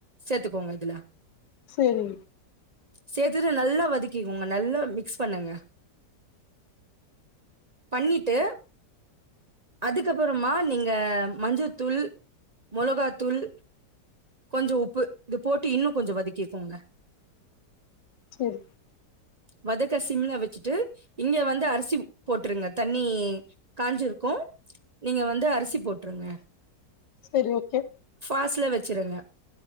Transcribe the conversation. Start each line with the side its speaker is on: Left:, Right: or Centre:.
Right: சேத்துக்கோங்க இதுல
Left: செரி
Right: சேத்துட்டு நல்லா வதக்கிகொங்க நல்லா மிக்ஸ் பண்ணுங்க பண்ணிட்டு அதுக்கப்புறமா நீங்க மஞ்சத்தூள் மொளகாத் தூள் கொஞ்சொ உப்பு இது போட்டு இன்னு கொஞ்சொ வதக்கிக்கோங்க
Left: செரி
Right: வதக்க சிம்ல வச்சுட்டு இங்க வந்து அரிசி போட்டுருங்க தண்ணி காஞ்சுருக்கும் நீங்க வந்து அரிசி போட்டுருங்க
Left: செரி ஓகே
Right: ஃபாஸ்ல வச்சுருங்க